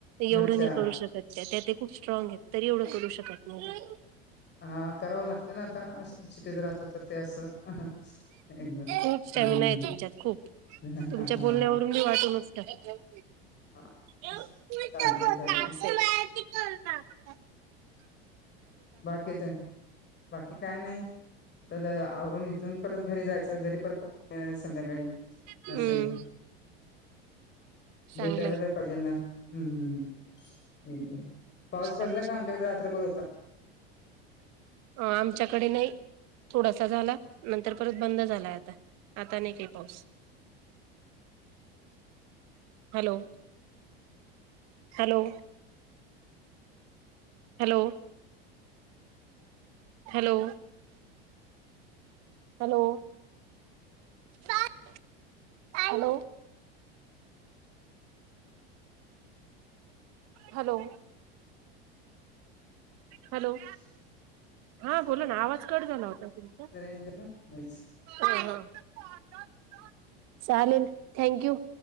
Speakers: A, on the right; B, on the left.
A: एवढं
B: अच्छा
A: नाही करू शकत त्या ते खूप स्ट्रांग आहेत तरी एवढं करू शकत नाही त्या
B: हा करावं लागतं ना आता शिटीत राहतो तर ते असं एकदम हम्म
A: खूप स्टॅमिना आहे तुमच्यात खूप
B: हा
A: तुमच्या बोलण्याव
B: हा
A: रूनच वाटूनच <inaudible>
B: हा चालते चालते बाकी ते बाकी काय नाही तर आवरून इथून परत घरी जायचं घरी परत येणार संध्याकाळी,
A: हम्म
B: असं आहे
A: चांगलंय
B: भेटायला तर पाजेल ना, हंम, हंम, पाऊस
A: छान
B: पडला का
A: छान.
B: आमच्याकड डबल होता
A: अ, आमच्याकडे नाही थोडासा झाला, नंतर परत बंद झालाय आता, आता नाई काही पाऊस. Hello hello, hello hello hello सात हॅलो हॅलो हॅलो
B: <unintelligible>
A: हा बोला ना आवाज कट झाला होता ओ तुमचा
B: रेंज ना मच
A: हा हा चालेल थँंक यू